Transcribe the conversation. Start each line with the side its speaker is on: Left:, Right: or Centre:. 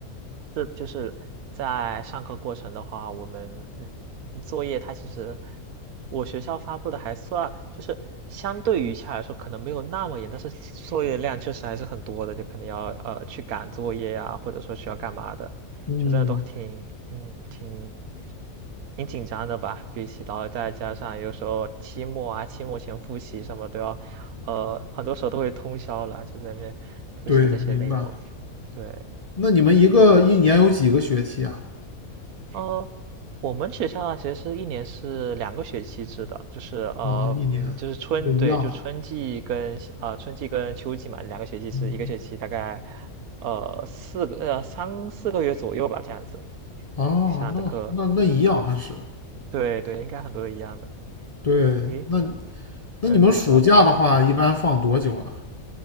Right: 是就是在上课过程的话，我们嗯，作业它其实我学校发布的还算，就是相对于下来说可能没有那么严，但是作业量确实还是很多的，就可能要呃去赶作业呀、或者说需要干嘛的，
Left: 嗯，
Right: 就真的都挺嗯挺挺紧张的吧。比起然后再加上有时候期末啊，期末前复习什么都要，呃，很多时候都会通宵了，就在那边复习这些内容，
Left: 对，明白。
Right: 对。
Left: 那你们一个一年有几个学期啊？
Right: 呃，我们学校啊，其实是一年是两个学期制的，就是呃，
Left: 哦，一年，
Right: 嗯，就是春，
Left: 对，一样的，
Right: 对，就春季跟呃春季跟秋季嘛，两个学期是一个学期，
Left: 嗯，
Right: 大概呃四个呃三四个月左右吧，这样子
Left: 哦，
Right: 上的课，
Left: 那那那一样还是
Right: 对对，应该很多都一样的。
Left: 对，
Right: 咦，
Left: 那那你们暑假的话，
Right: 嗯，你说。
Left: 一般放多久啊？